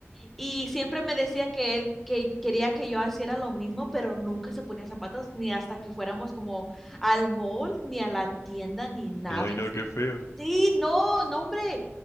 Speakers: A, in the centre; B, on the left (about 75°).
A: y siempre me decía que él que quería que yo hiciera lo mismo, pero nunca se ponía zapatos ni hasta que fuéramos como al mall, ni a la tienda, ni nada.
B: Ay, no, qué feo.
A: Sí, no, no, hombre.